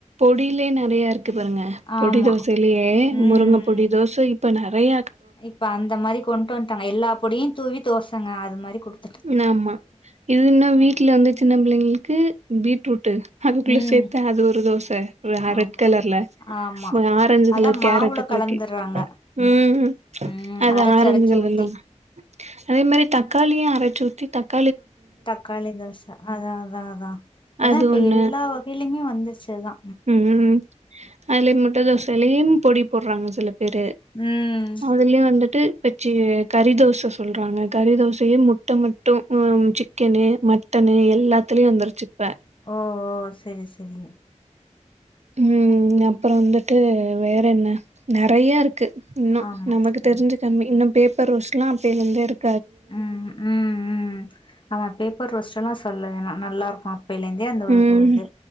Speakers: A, on the right; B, on the left.
A: பொடிலயே நறைய இருக்கு பாருங்க பொடி
B: ஆமா
A: தோசைலயே
B: ம்
A: முருங்க பொடி
B: ம்
A: தோச இப்ப நறைய
B: இப்ப அந்த மாரி கொண்டு வந்ட்டாங்க எல்லா பொடியு தூவி தோசங்க அது மாரி குடுத்துட்டு
A: ஆமா இது இன்னு
B: அ
A: வீட்ல வந்து சின்ன பிள்ளைங்களுக்கு பீட்ரூட் டு அதுக்குள்ள
B: ம்
A: சேத்து அது ஒரு தோச
B: ஆமா
A: ரெட் கலர்ல
B: ஆமா
A: ஆரஞ்ச
B: அதா
A: கல
B: மாவுல
A: கேர ரட்ட கலக்கி
B: கலந்துர்றாங்க
A: ம்
B: ம்
A: அது
B: அரச்சு
A: ஆரஞ்சு
B: அரச்சு
A: கலர்ல
B: ஊத்தி
A: அதே மாரி தக்காளிய அரைச்சு ஊத்தி தக்
B: தக்காளி தோச அதா அதா அதா அதா
A: அது
B: இப்ப
A: ஒண்ணு
B: எல்லா வகையிலயுமே வந்துருச்சுதா
A: ம் அதுல முட்ட தோசையிலயே பொடி போடுறாங்க சிலப் பேரு
B: ம்
A: அதுலயு வந்துட்டு சி கறி தோச சொல்றாங்க கறி தோசயே முட்டை மட்டும் சிக்கனு மட்டனு எல்லாத்தலயு வந்துருச்சு இப்ப
B: ஓ ஓ சரி சரி
A: ம் அப்பறம் வந்துட்டு வேற என்ன நெறைய இருக்கு இன்னு
B: ஆமா
A: நமக்கு தெரிஞ்சு
B: ம்
A: கம்மி இன்னு பேப்பர் ரோஸ்ட்லா அப்பைல இருந்தே இருக்கு
B: ம் ம் ம் ஆமா பேப்பர் ரோஸ்ட் ப்பல்லா சொல்லன்னா நல்லா இருக்கு அப்பைல இருந்தே அந்த ஒரு
A: ம்
B: இது